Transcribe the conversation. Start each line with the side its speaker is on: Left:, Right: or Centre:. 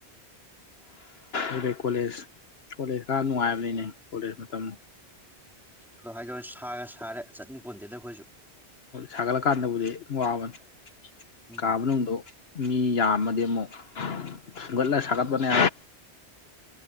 Left: ꯑꯩꯕꯩ ꯀꯣꯂꯦꯖ ꯀꯣꯂꯦꯖ ꯈꯔ ꯅꯨꯡꯉꯥꯏꯕꯅꯤꯅꯦ ꯀꯣꯂꯦꯖ ꯃꯇꯝ
Centre: ꯑꯗꯣ ꯍꯥꯏꯗꯧꯔꯦ ꯁꯥꯒ ꯁꯥꯔꯦ ꯆꯠꯅꯤꯡ ꯄꯣꯟꯗꯦꯗ ꯑꯩꯈꯣꯏꯁꯨ
Left: ꯁꯥꯒꯠꯂꯀꯥꯟꯗꯕꯨꯗꯤ ꯋꯥꯕꯅꯤ
Centre: ꯎꯝ
Left: ꯀꯥꯕ ꯅꯗꯣ ꯃꯤ ꯌꯥꯝꯃꯗꯤ ꯑꯃꯨꯛ ꯊꯨꯝꯒꯠꯂ ꯁꯥꯒꯠꯄꯅꯦ